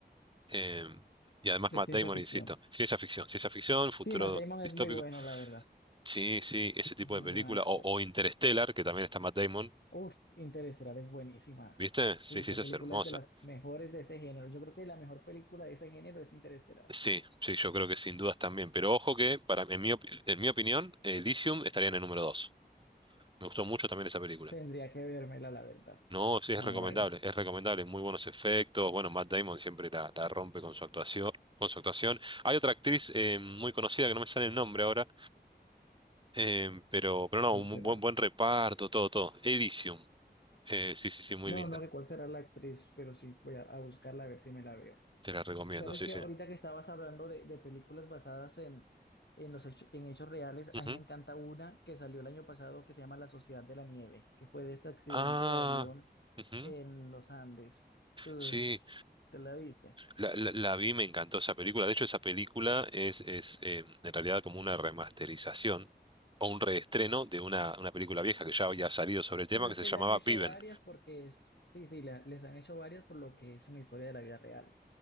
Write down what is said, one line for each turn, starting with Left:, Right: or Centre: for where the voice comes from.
Right: em, y además
Left: De
Right: Matt
Left: ciencia
Right: Damon,
Left: ficción.
Right: insisto, ciencia ficción, ciencia ficción, futuro
Left: Sí, Matt Damon
Right: distópico.
Left: es muy bueno, la verdad.
Right: Sí, sí, ese tipo
Left: Es muy
Right: de película.
Left: buen actor.
Right: O, o Interstellar, que también está Matt Damon
Left: Uf, Interestelar es buenísima.
Right: ¿Viste? Sí,
Left: Uy, esa
Right: sí, esa
Left: película
Right: es hermosa.
Left: es de las mejores de ese género. Yo creo que la mejor película de ese género es Interestelar.
Right: Sí, sí, yo creo que sin dudas también. Pero ojo que, para, en mi, opi- en mi opinión, Elysium estaría en el número 2. Me gustó mucho también esa película.
Left: Tendría que vérmela, la verdad.
Right: No, sí,
Left: No,
Right: es recomendable,
Left: no,
Right: es recomendable. Muy buenos efectos. Bueno, Matt Damon siempre la, la rompe con su actuación, con su actuación. Hay otra actriz eh, muy conocida que no me sale el nombre ahora, eh, pero, pero no,
Left: ¿cuál
Right: un
Left: será?
Right: buen, buen reparto, todo, todo. Elysium. Eh, sí, sí, sí, muy
Left: No,
Right: linda.
Left: no, sé cuál será la actriz, pero sí, voy a, a buscarla a ver si me la veo.
Right: Te la recomiendo,
Left: Sabes
Right: sí,
Left: que
Right: sí.
Left: ahorita que estabas hablando de, de películas basadas en, en los hecho- en hechos reales,
Right: Ujú.
Left: a mí me encanta una que salió el año pasado que se llama La Sociedad de la Nieve, que fue de este accidente
Right: Ah,
Left: de avión
Right: ujú.
Left: en los Andes. Uy,
Right: Sí,
Left: ¿te la viste?
Right: La, la- la vi, me encantó esa película. De hecho, esa película es, es eh, en realidad como una remasterización o un reestreno de una, una película vieja que ya había salido sobre el tema
Left: Pues es
Right: que se
Left: que
Right: llamaba
Left: le han hecho
Right: Viven.
Left: varias porque es, sí, sí, la- les han hecho varias por lo que es una historia de la vida real,